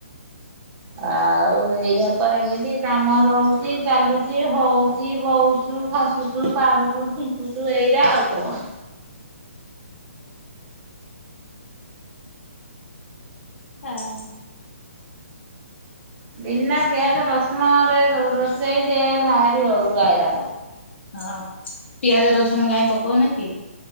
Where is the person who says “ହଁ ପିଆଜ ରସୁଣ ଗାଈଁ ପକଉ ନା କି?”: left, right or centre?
Left